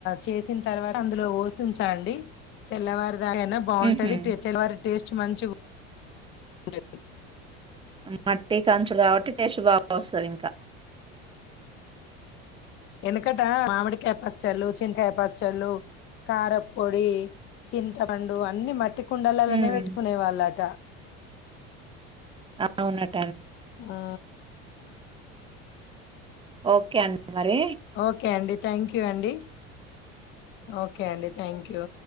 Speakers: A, on the left; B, on the right.
A: చేసిన తర్వాత అందులో ఓసించండి తెల్లవారి యినా బాగుంటది
B: హుహు.
A: టతల వారి టేస్ట్ మంచి <unintelligible>
B: మట్టి కంచులు కాబట్టి టేస్ట్ బాగా వస్తుంది ఇంకా
A: వెనకట మామిడికాయ పచ్చళ్ళు చింతకాయ పచ్చళ్ళు కారపొడి చింతపండు అన్ని మట్టి పటి కుండలలోనే
B: హ్మ్.
A: పెట్టుకునే వాళ్ళట
B: అవునట్
A: ఆ
B: ఓకే అండి మరి
A: ఓకే అండి థ్యాంక్ యూ అండి ఓకే అండి థ్యాంక్ యూ